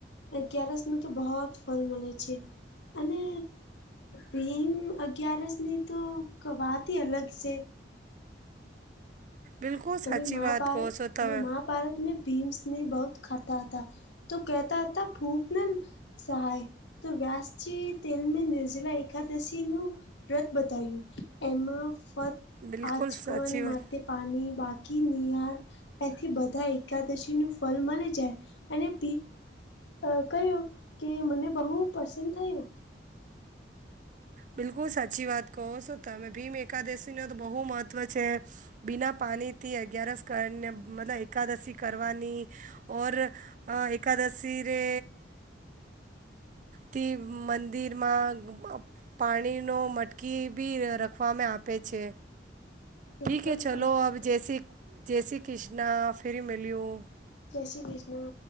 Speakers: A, on the left; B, on the right.
A: અગિયારસનું બહુ ફલ મલે છે અને ભીમ અગિયારસ ની તો વાતહિ અલગ છે.
B: બિલકુલ
A: અને
B: સાચી
A: મહાભારત
B: વાત કહો છો તમે
A: મહાભારતમે ભીમ્સ ને બહુંત ખાતા હતા. તો કેતા હતા <unintelligible> સહાય તો વ્યાસજી તેલમે નિર્જલા એકાદશી નું વ્રત બતાયું, એમાં ફક્ત
B: બિલકુલ
A: આચકન
B: સાચી વાત
A: માટે પાની બા <unintelligible> એથી બધા એકાદશી નું ફલ મલી જાય, અને અ કહ્યું કે, મને બહું પસંદ થયું.
B: બિલકુલ, સાચી વાત કહો છો તમે. ભીમ એકાદશીનો તો બહું મહત્ત્વ છે. બિના પાણીથી અગિયારસ કરીને, મતલબ એકાદશી કરવાની. ઓર અ એકાદશી રે તે મંદિરમાં પાણીનો મટકી બી રખવામાં આપે છે. ઠીકે
A: એકદમ
B: હે,
A: સાચું
B: ચલો, અબ
A: કે
B: જૈસી જૈસી કિન્ના ફિર મલયો.
A: જય શ્રી કૃષ્ણ.